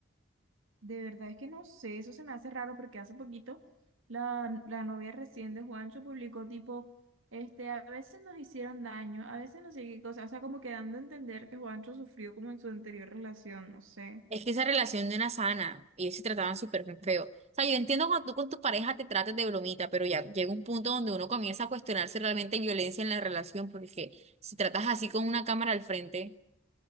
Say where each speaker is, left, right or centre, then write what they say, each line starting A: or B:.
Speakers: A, on the right; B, on the right.
A: De verdad es que no sé, eso se me hace raro porque hace poquito la, la novia recién de Juancho publicó tipo, este, a veces nos hicieron daño, a veces no sé qué cosa, o sea, como que dando a entender que Juancho sufrió como en su anterior relación, no sé.
B: Es que esa relación no era sana y ellos se trataban súper feo. O sea, yo entiendo cuando tú con tu pareja te trates de bromita, pero ya llega un punto donde uno comienza a cuestionarse realmente hay violencia en la relación, porque si tratas así con una cámara al frente